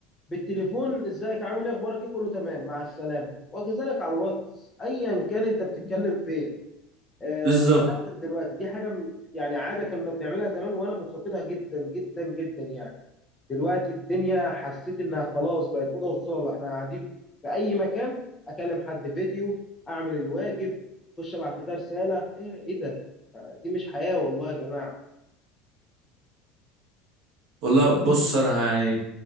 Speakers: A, on the left; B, on the right.
A: بالتليفون ازيك عامل ايه اخبارك ايه كله تمام مع السلامة وكذلك على الواتس ايا كان انت بتتكلم فين آه،
B: بالظبط
A: زمان غير دلوقتي دي حاجه م- يعني عاده كنا بنعملها زمان وانا مفتقدها جدا جدا جدا يعني دلوقتي الدنيا حسيت انها خلاص بقت اوضه وصاله احنا قاعدين في اي مكان اكلم حد فيديو اعمل الواجب اخش ابعت لده رساله ايه ايه ده آه، دي مش حياه والله يا جماعه
B: والله بص انا يعني